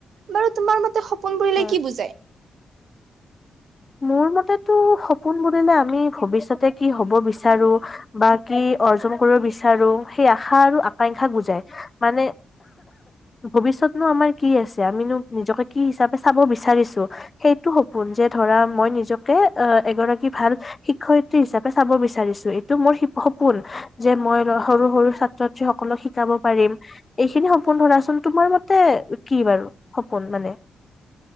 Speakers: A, on the right; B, on the left.
A: বাৰু তোমাৰ মতে সপোন বুলিলে
B: হয়।
A: কি বুজায়?
B: মোৰ মতেটো সপোন বুলিলে আমি ভৱিষ্যতে কি হব বিচাৰো বা কি অৰ্জন কৰিব বিচাৰো সেই আশা আৰু আকাংক্ষা বুজাই মানে ভৱিষ্য়তনো আমাৰ কি আছে আমিনো নিজকে কি হিচাপে চাব বিচাৰিছো সেইটো সপোন যে। ধৰা মই নিজকে আহ এগৰাকী ভাল শিক্ষয়িত্ৰী হিচাপে চাব বিচাৰিছো এইটো মোৰ সপোন যে মই সৰু সৰু ছাত্ৰ ছ সকলক শিকাব পাৰিম এইখিনি সপোন ধৰাচোন তোমাৰ মতে কি বাৰু সপোন মানে